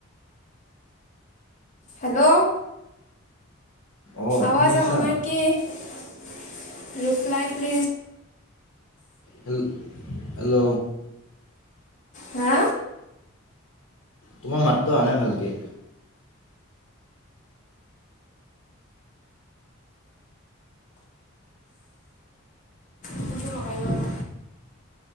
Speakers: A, on the left; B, on the left.
A: Hello.
B: অঁ
A: আৱাজ
B: শুনি আছা
A: অহা নাই কি ৰিপ্লাই প্লিজ।
B: হে, হেল্ল'।
A: হা?
B: তোমাৰ মাতটো অহা নাই ভালকে।
A: ফোনটো লগাই লওঁ ৰ